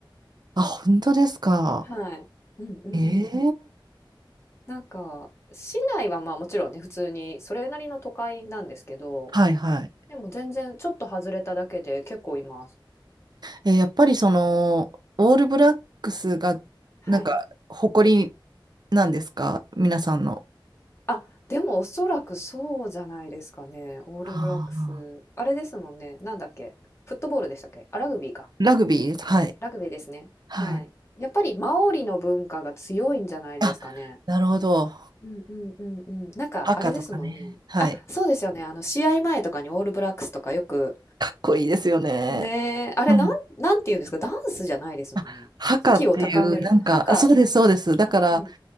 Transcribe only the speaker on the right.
あ、本当ですか。
ええ
はい。はい。
えーやっぱりその、オールブラックスが、
なんか、誇りなんですか皆さんの。
ああ。
ラグビーです。はい。
はい。
あ、なるほど。
赤とかね。
はい。
かっこいいですよね。
うん。
あ、ハカっていう、
なんか、
あ、そうです、そうです。だから、